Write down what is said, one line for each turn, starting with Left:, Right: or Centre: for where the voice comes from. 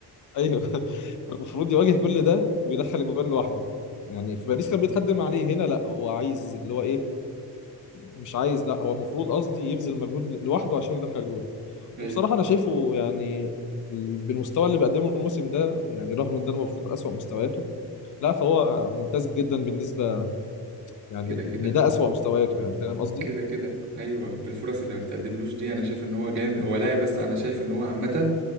Left: ايوه فالمفروض يواجه كل ده ويدخل الجوان لوحده يعني في باريس كان بيتخدم عليه هنا لا هو عايز اللي هو ايه مش عايز لا هو المفروض قصدي يبذل مجهود لوحده عشان يدخل جول
Right: ايوه
Left: وبصراحة أنا شايفه يعني بالمستوى اللي بيقدمه الموسم ده يعني رغم ان ده المفروض أسوأ مستوياته لا فهو ممتاز جدا بالنسبة يعني
Right: كده
Left: ان
Right: كده
Left: ده أسوأ مستوياته يعني فاهم قصدي؟
Right: كده كده ايوه بالفرص اللي ما بتقدملوش دي انا شايف ان هو جامد هو لاعب بس انا شايف ان هو عامه